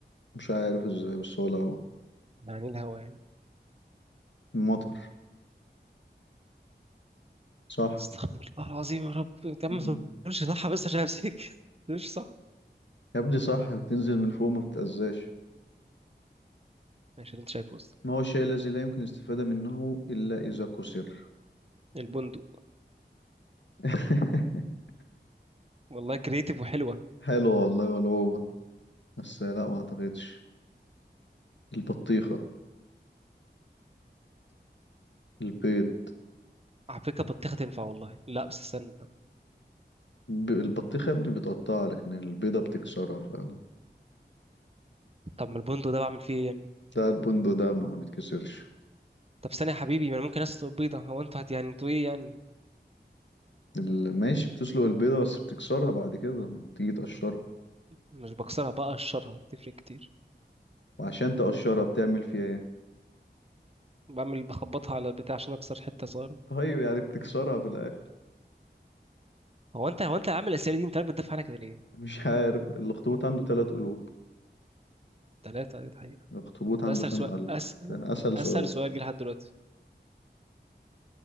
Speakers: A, on the left; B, on the right.
A: مش عارف ازاي بس هو الهوا
B: يعني الهوا يعني
A: المطر صح
B: استغفر الله العظيم يا رب انت يا عم
A: <laughs>
B: ما تقولش صح بس عشان امسك <laughs> مش صح
A: يا ابني صح بتنزل من فوق ما بتتأذاش
B: ماشي اللي انت شايفه بس
A: ما هو الشيء الذي لا يمكن الاستفادة منه إلا إذا كسر
B: البندق
A: <laughs>
B: والله كريتيف وحلوة
A: حلو والله ملعوبة بس لا ما أعتقدش البطيخة البيض
B: على فكرة بطيخة تنفع والله لا بس استنى
A: ب... البطيخة يا ابني بتقطعها لكن البيضة بتكسرها فعلا
B: طب ما البندق ده بعمل فيه ايه يعني
A: لا البندق ده ما بيتكسرش
B: طب ثانية يا حبيبي ما انا ممكن اسلق بيضة هو انتوا هت يعني انتوا ايه يعني
A: ال- ماشي بتسلق البيضة بس بتكسرها بعد كده ما تيجي تقشرها
B: مش بكسرها بقى اقشرها تفرق كتير
A: وعشان تقشرها بتعمل فيها ايه
B: بعمل بخبطها على البتاع عشان اكسر حتة صغيرة
A: طيب يعني بتكسرها في الآخر
B: هو انت هو انت عامل الاسئلة دي انت عارف بتدافع عنها كده ليه؟
A: <laughs> مش عارف الأخطبوط عنده ثلاث قلوب
B: تلاتة
A: الأخطبوط
B: طب
A: عنده
B: ده اسهل
A: كام
B: سؤال
A: قلب
B: أس...
A: ده أسهل
B: اسهل
A: سؤال
B: سؤال جه لحد دلوقتي